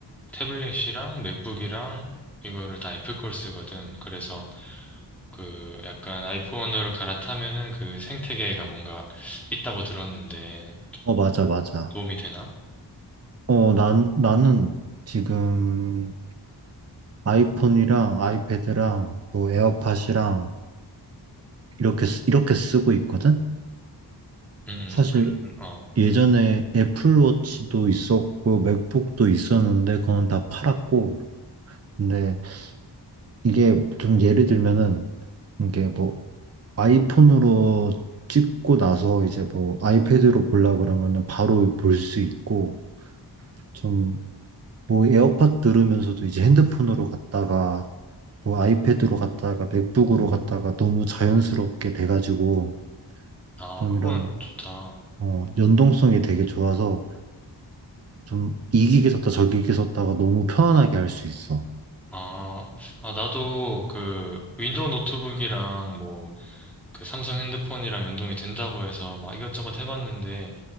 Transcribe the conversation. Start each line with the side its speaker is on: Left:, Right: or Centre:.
Centre: 태블릿이랑 맥북이랑 이거를 다 애플 걸 쓰거든. 그래서 그 약간 아이폰으로 갈아타면은 그 생태계가 뭔가 있다고 들었는데,
Right: 어, 맞아, 맞아.
Centre: 도움이 되나?
Right: 어, 난, 나는 지금 아이폰이랑 아이패드랑 또 에어팟이랑 이렇게, 쓰- 이렇게 쓰고 있거든?
Centre: 음,
Right: 사실
Centre: 음, 그러면, 어.
Right: 예전에 애플워치도 있었고 맥북도 있었는데 그건 다 팔았고 근데 이게 좀 예를 들면은 이게 뭐 아이폰으로 찍고 나서 이제 뭐 아이패드로 보려 그러면은 바로 볼 수 있고 좀 뭐 에어팟 들으면서도 이제 핸드폰으로 갔다가 뭐 아이패드로 갔다가 맥북으로 갔다가 너무 자연스럽게 돼가지고
Centre: 아,
Right: 좀
Centre: 그건
Right: 이런
Centre: 좋다.
Right: 어 연동성이 되게 좋아서 좀 이기게 섰다 저기게 섰다가 너무 편안하게 할 수 있어.
Centre: 아, 아, 나도 그 윈도우 노트북이랑 뭐 그 삼성 핸드폰이랑 연동이 된다고 해서 막 이것저것 해봤는데